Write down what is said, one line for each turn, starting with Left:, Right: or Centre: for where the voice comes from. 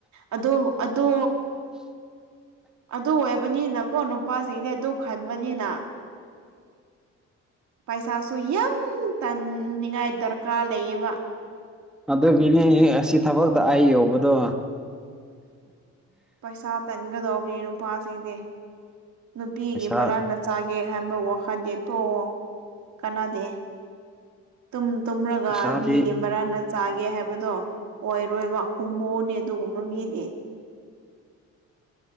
Right: ꯑꯗꯨ ꯑꯗꯨ ꯑꯗꯨ ꯑꯣꯏꯕꯅꯤꯅꯀꯣ ꯅꯨꯄꯥꯁꯤꯡꯗꯤ ꯑꯗꯨ ꯈꯟꯕꯅꯤꯅ ꯄꯩꯁꯥꯁꯨ ꯌꯥꯝ ꯇꯥꯟꯅꯤꯡꯉꯥꯏ ꯗꯔꯀꯥꯔ ꯂꯩꯌꯦꯕ
Centre: ꯑꯗꯨꯒꯤꯅꯦ ꯑꯁꯤ ꯊꯕꯛꯇ ꯑꯩ ꯌꯧꯕꯗꯣ
Right: ꯄꯩꯁꯥ ꯇꯟꯒꯗꯧꯕꯤ ꯅꯨꯄꯥꯁꯤꯡꯗꯤ ꯅꯨꯄꯤꯒꯤ
Centre: ꯄꯩꯁꯥ
Right: ꯃꯔꯟꯅ ꯆꯥꯒꯦ ꯈꯟꯕ ꯋꯥꯈꯟꯗꯤ ꯇꯣꯛꯑꯣ ꯀꯅꯥꯗꯦ ꯨꯇꯨꯝ ꯇꯨꯝꯔꯒ
Centre: ꯄꯩꯁꯥꯗꯤ
Right: ꯃꯤꯒꯤ ꯃꯔꯟꯅ ꯆꯥꯒꯦ ꯍꯥꯏꯕꯗꯣ ꯑꯣꯏꯔꯣꯏꯕ ꯍꯨꯝꯃꯨꯅꯦ ꯑꯗꯨꯒꯨꯝꯕ ꯃꯤꯗꯤ